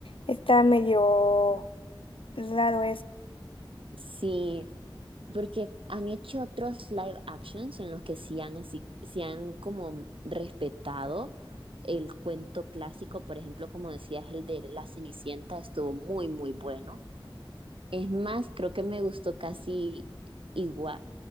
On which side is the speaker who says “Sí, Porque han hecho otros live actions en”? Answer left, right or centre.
Right